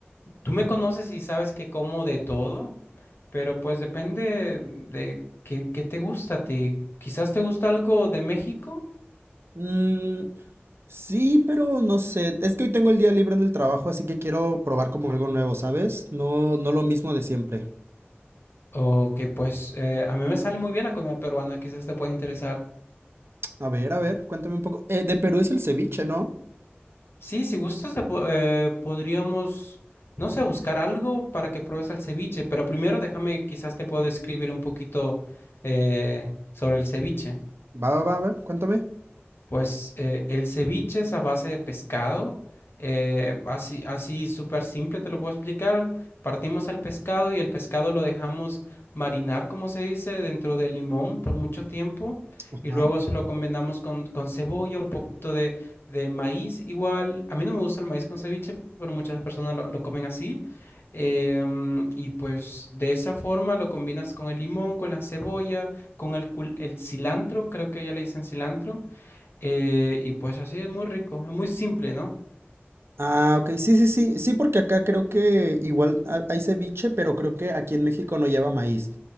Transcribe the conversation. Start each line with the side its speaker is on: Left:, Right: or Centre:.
Left: tú me conoces y sabes que como de todo, pero pues depende de qué, qué te gusta a ti. Quizás te gusta algo de México
Right: Mm, sí, pero no sé. Es que hoy tengo el día libre en el trabajo, así que quiero probar como algo nuevo, ¿sabes? No, no lo mismo de siempre.
Left: o que pues eh, a mí me sale muy bien la comida peruana, quizás te pueda interesar.
Right: A ver, a ver, cuéntame un poco. Eh, de Perú es el ceviche, ¿no?
Left: Sí, si gustas, te po- eh, podríamos, no sé, buscar algo para que pruebes el ceviche, pero primero déjame, quizás te puedo describir un poquito eh, sobre el ceviche.
Right: Va, va, va, a ver, cuéntame.
Left: Pues eh, el ceviche es a base de pescado. eh, así, así súper simple te lo puedo explicar. Partimos al pescado y el pescado lo dejamos marinar, como se dice, dentro de limón por mucho tiempo.
Right: Ajá.
Left: Y luego se lo combinamos con, con cebolla, un poquito de, de maíz. Igual, a mí no me gusta el maíz con ceviche, pero muchas personas lo, lo comen así. em, y pues de esa forma lo combinas con el limón, con la cebolla, con el, cul- el cilantro, creo que ya le dicen cilantro. Eh, y pues así es muy rico, es muy simple, ¿no?
Right: Ah, ok, sí, sí, sí, sí, porque acá creo que igual ha- hay ceviche, pero creo que aquí en México no lleva maíz.